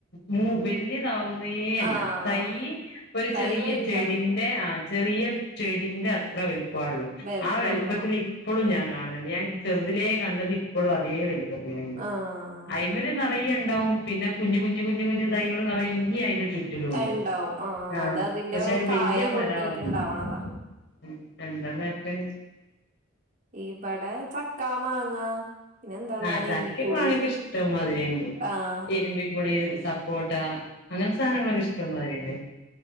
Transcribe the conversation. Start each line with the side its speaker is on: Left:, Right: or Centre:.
Left: മൂ വെല്യ താവുന്നേ അല്ല
Right: ആഹ്
Left: തൈയ്യ് ഒരു ചെറിയ
Right: തൈ വലുതാവൂല
Left: ചെടിന്റെ ആഹ് ചെറിയ ചെടിന്റെ അത്ര വെൽപ്പാ ഒള്ളൂ
Right: വലുപ്പമുള്ള
Left: ആ വെൽപ്പത്തില് ഇപ്പളും ഞാൻ കാണുന്നുണ്ട് ഞാൻ ചെറുതിലേ കണ്ടത് ഇപ്പളും അതേ വെൽപ്പത്തിലന്നെ
Right: ആഹ്
Left: അയ്മേല് ന റയ്യേ ഇണ്ടാവും പിന്നെ കുഞ്ഞു കുഞ്ഞു കുഞ്ഞു കുഞ്ഞു തൈകള് നിറയ്യേ അയിന്റെ ചു റ്റിലും ഉണ്ട്
Right: ഇണ്ടാവും
Left: ആഹ്
Right: അത് അതിന്റെ
Left: പക്ഷെ അത്
Right: കായ
Left: വെല്യ മരാവു
Right: പൊട്ടിയിട്ടുണ്ടാവണതാ
Left: <unintelligible> ഉം എന്താന്നാർക്കറിയ
Right: ഇബടെ ചക്ക, മാങ്ങ പിന്നെ എന്താ ഉള്ളെ
Left: ആഹ് ചക്കിം,
Right: നെല്ലിപ്പുളി
Left: മാങ്ങക്കെ ഇഷ്ടം മാതിരി ഇണ്ട്
Right: ആഹ്
Left: ഇരുമ്പിപുളി, സപ്പോട്ട അങ്ങൻത്തെ സാനങ്ങളൊക്കെ ഇഷ്ടം മായ്രി ഇണ്ട്